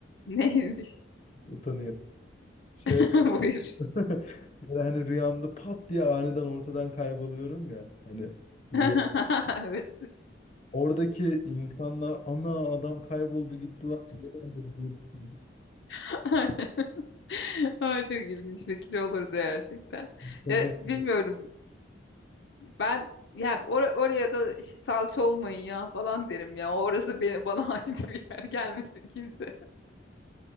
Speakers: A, on the left (about 65°); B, on the left (about 40°).
A: Neymiş?
B: Utanıyorum. Şöyle
A: <laughs>
B: <laughs>
A: Buyur.
B: böyle hani rüyamda pat diye aniden ortadan kayboluyorum ya. Hani rüya.
A: <laughs> Evet.
B: Oradaki insanlar ana adam kayboldu gitti lan. Ne oldu?" diye düşünüyorum.
A: <laughs> Ay, çok ilginç fikir olurdu gerçekten.
B: Disconnect
A: Ya bilmiyorum.
B: diyor.
A: Ben ya or- oraya da ş- salça olmayın ya falan derim ya. Orası beni bana <laughs> ait bir yer gelmesin kimse.